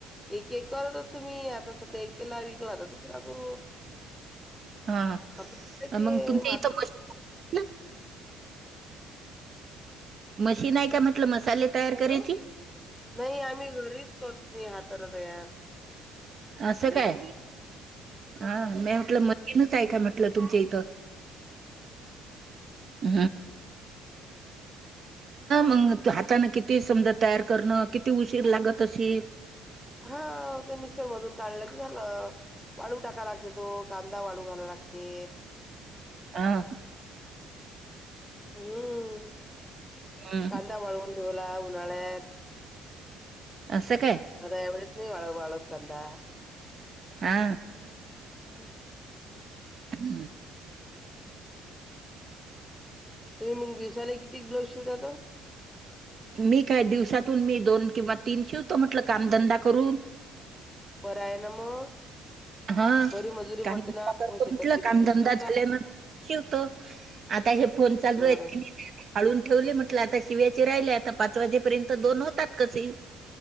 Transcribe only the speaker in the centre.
एक एक करतच तुम्ही आता सध्या एक केला विकला तर दुसरा गू
खप
त
मार
नाही आम्ही घरीच करतो मी हाताने तयार
हा
हा ते मिक्सर मधून काढलं की झालं वाळू टाका लागते तो कांदा वाळू घायला लागते
हम
कांदा वाळवून ठेवला उन्हाळ्यात
आता एवढच नाही वाळ वाळत कांदा
हा
म मग दिवसाला किती ब्लाउज शूतात
बरं आहे ना मग
बरी मजुरी
पडते ना
शेतात
गेल्यापेक्षा
बर
आहे